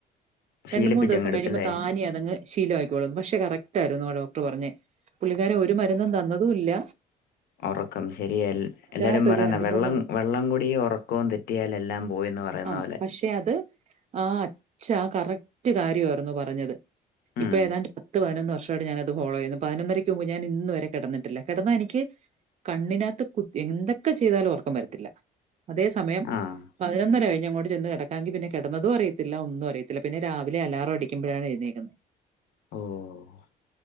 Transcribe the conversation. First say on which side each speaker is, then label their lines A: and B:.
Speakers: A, on the left (about 65°); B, on the right (about 40°).
A: ശീലിപ്പിച്ചങ്ങെടുത്തല്ലേ
B: രണ്ട് മൂന്ന് ദിവസം കഴിയുമ്പം താനെ അതങ്ങ് ശീലം ആയിക്കോളും പക്ഷെ കറക് റ്റായിരുന്നു ആ ഡോക്ട്ർ പറഞ്ഞേ പുള്ളിക്കാരൻ ഒരു മരുന്നും തന്നതുയില്ല
A: ഒറക്കം ശരി അൽ എല്ലാരും
B: ആയിട്ട്
A: പറയുന്നെ
B: ഒരു
A: വെള്ളം
B: ദിവസം
A: വെള്ളംകുടിയും ഒറക്കവും തെറ്റിയാൽ എല്ലാം പോയിന്ന് പറയുന്ന
B: ആഹ്
A: പോലെ
B: പക്ഷെ അത് ആഹ് അച്ഛ ആഹ് കറക്റ്റ് കാര്യയായിരുന്നു പറഞ്ഞത് ഇപ്പൊ
A: ഉം
B: ഏതാണ്ട് പത്ത് പതിനൊന്ന് വർഷവായിട്ട് ഞാൻ അത് ഫോളോ ചെയ്യുന്നു പതിനൊന്നരയ്ക്ക് മുമ്പ് ഞാൻ ഇന്നുവരെ കെടന്നിട്ടില്ല കെടന്നാ എനിക്ക് കണ്ണിനകത്ത് കു എന്തൊക്കെ ചെയ്താലും ഒറക്കം വരത്തില്ല അതേ സമയം
A: ആഹ്
B: പതിനൊന്നര കഴിഞ്ഞ് അങ്ങോട്ട് ചെന്ന് കെടക്കാങ്കി പിന്നെ കെടന്നതും അറിയത്തില്ല ഒന്നും അറിയത്തില്ല പിന്നെ രാവിലെ അലാറം അടിക്കുമ്പഴാണ് എഴുന്നേക്കുന്നത്
A: ഓഹ്